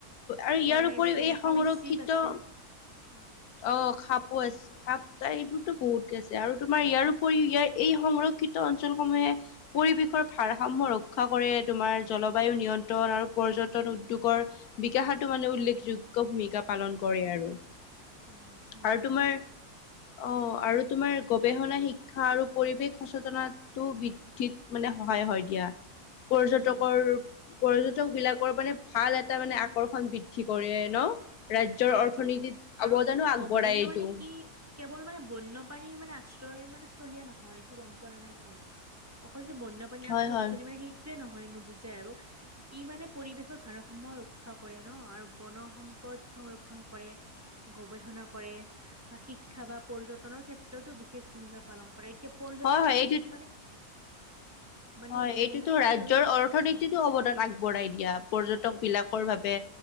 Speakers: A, on the left; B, on the right.
A: আৰু
B: চৰাই
A: ইয়াৰ উপৰিও
B: আছে
A: এই
B: সৰীসৃপ
A: সংৰক্ষিত
B: আছে উম
A: অ সাপো আছে সাপ তাই এইবোৰতো বহুত গে আছে আৰু তোমাৰ ইয়াৰ উপৰি ইয়াৰ এই সংগ্ৰহ ক্ষিত অঞ্চলসমূহে পৰিৱেশৰ ভাৰসাম্য ৰক্ষা কৰে তোমাৰ জলবায়ু নিয়ন্ত্ৰণ আৰু পৰ্যটন উদ্যোগৰ বিকাশতো মানে উল্লেখযোগ্য ভূমিকা পালন কৰে আৰু।
B: উম হয়
A: আৰু
B: হয়
A: তোমাৰ অ আৰু তোমাৰ গৱেষণা শিক্ষা আৰু পৰিৱেশ সচেতনাটো বৃদ্ধিত মানে সহায় হয় দিয়া। পৰ্যটকৰ
B: উম
A: পৰ্যটক বিলাকৰ মানে ভাল এটা মানে আকৰ্ষণ বৃদ্ধি কৰে ন? ৰাজ্যৰ
B: কৰে
A: অৰ্থনীতিত
B: কৰে আৰু
A: অৱদানো আগবঢ়ায়
B: অভয়াৰণ্য
A: এইটো
B: মানে কি কেৱল মানে বন্যপাণীৰ মানে আশ্ৰয় মানে স্থলীয়া নহয়। এইটো গম পোৱা না নাই তুমি? অকল যে বন্যপ্ৰাণী
A: হয়
B: আশয়স্থলী
A: হয়
B: মানে সেই টোৱে নহয় নুবুজে আৰু ই মানে পৰিৱেশৰ ভাৰসমাম্য ৰক্ষা কৰে ন আৰু বন সম্পদ সংৰক্ষণ কৰে, গৱেষণা কৰে বা শিক্ষা বা পৰ্যটনৰ ক্ষেত্ৰতো বিশেষ ভূমিকা পালন কৰে, এতিয়া পৰ্যটন
A: হয় হয় এইটো
B: মানে মানে
A: হয় এইটোতো
B: মানে কি
A: ৰাজ্যৰ
B: আৰু
A: অৰ্থনীতিতো
B: উম
A: অৱদান আগ বঢ়াই দিয়া, পৰ্যটক বিলাকৰ বাবে